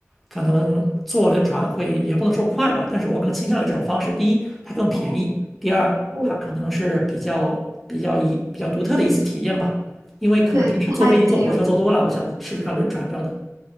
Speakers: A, in the centre; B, on the right.
A: 可能坐轮船会也不能说快吧，但是我更倾向于这种方式。第一，它更便宜；
B: 哦，
A: 第二，
B: 我
A: 它可能是比较比较一比较独特的一次体验吧，因为可能平时坐飞机、
B: 对，还挺有。
A: 坐火车坐多了，我想试试看轮船这样的。